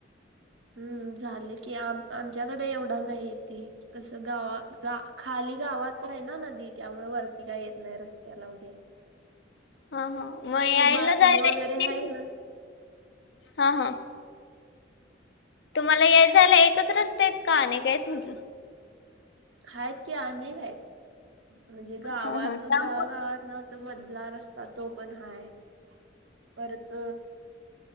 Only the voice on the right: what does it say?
हम्म झाले की आ आमच्याकडे एवढा नाही येते. कसं गावा गा खाली गावात हाय ना नदी त्यामुळे वरती काय येत नाही रस्त्याला गे.
बासणी
वगैरे
आहे ना
हायत की अनेक हायत म्हणजे गावात
गावागावात नाव तो मधला रस्ता तो पण हाय परत